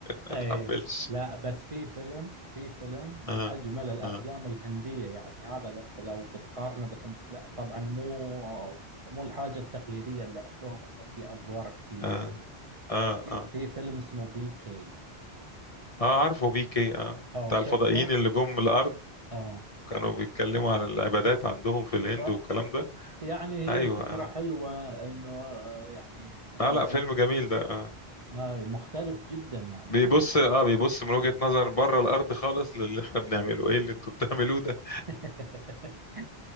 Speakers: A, on the left; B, on the right.
A: اتحملش
B: اي لا بس في فيلم في فيلم من
A: اه
B: اجمل الافلام
A: اه
B: الهنديه يعني هذا اللي انت لو بتقارنه بتنت... لا طبعا مو مو الحاجه التقليديه اللي عندهم انه في افوار كثير
A: اه
B: وفي
A: اه
B: في
A: اه
B: فيلم اسمه بي كي
A: اه عارفه بيكي اه
B: اه
A: بتاع
B: شفته
A: الفضائيين اللي جم من الارض
B: اه
A: كانوا بيتكلموا على العبادات عندهم في
B: ب...
A: الهند والكلام ده
B: يعني هي
A: ايوه
B: الفكره
A: اه,
B: حلوه انه آه، يعني انه
A: آه لا
B: ال-
A: فيلم جميل ده اه
B: آه مختلف جدا يعني
A: بيبص
B: عن ال...
A: اه بيبص من وجهة نظر بره الارض خالص للي احنا بنعمله ايه اللي انتوا بتعملوه ده
B: <laughs>